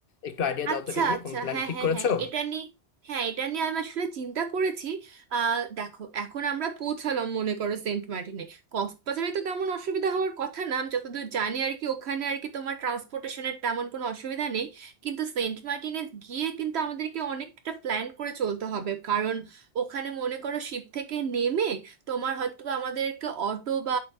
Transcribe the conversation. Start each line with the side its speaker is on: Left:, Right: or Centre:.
Left: একটু আইডিয়া
Right: আচ্ছা
Left: দাও তো এটা নিয়ে
Right: আচ্ছা
Left: কোন প্ল্যান
Right: হ্যাঁ
Left: ঠিক
Right: হ্যাঁ
Left: করেছো
Right: হ্যাঁ এটা নিয়ে হ্যাঁ এটা নিয়ে আমি আসলে চিন্তা করেছি আহ দেখো এখন আমরা পৌঁছালাম মনে করো সেন্ট মার্টিনে কক্সবাজারে তো তেমন অসুবিধা হওয়ার কথা না আমি যতদূর জানি আর কি ওখানে আর কি তোমার ট্রান্সপোর্টেশনের তেমন কোনো অসুবিধা নেই কিন্তু সেন্ট মার্টিনে গিয়ে কিন্তু আমাদেরকে অনেকটা প্ল্যান করে চলতে হবে কারণ ওখানে মনে করো শিপ থেকে নেমে তোমার হয়তো বা আমাদেরকে অটো বা